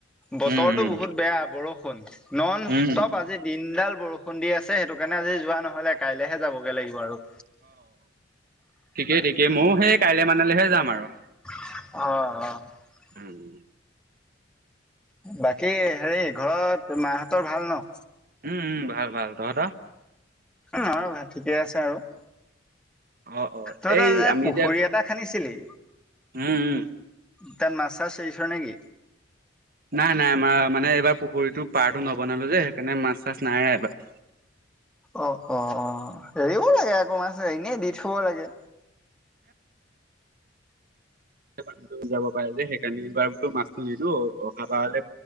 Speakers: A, in the centre; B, on the right.
A: বতৰৰতো
B: উম উম
A: বহুত বেয়া বৰষুণ নন
B: উম
A: ষ্টপ আজি দিনডাল বৰষুণ দি আছে সেইটো কাৰণে আজি যোৱা নহলে কাইলৈহে যাবগে লাগিব আৰু
B: ঠিকেই ঠিকেই ময়ো সেই কাইলে মানলৈহে যাম আৰু
A: অ' অ
B: উম
A: বাকী হেৰি ঘৰত মাহঁতৰ ভাল ন।
B: উম ভাল ভাল তহতৰ
A: আৰু ভাত ঠিকে আছে আৰু
B: অ অ
A: তহতৰ
B: এই আমি
A: পুখুৰী
B: যে
A: এটা খান্দিছিলি
B: উম উম
A: তাত মাছ চাচ দিছ নে কি?
B: নাই নাই আমাৰ মানে এইবাৰ পুখুৰীটো পাৰটো নবনালো যে সেইকাৰণে মাছ চাছ নাই এইবাৰ
A: অ -অ -অ হেৰিব লাগে অক মা এনেই দি থব লাগে
B: পানীটো যাব পাৰে যে সেইকাৰণে এইবাৰ বোলো মাছটো নিিলো অহা পাৰ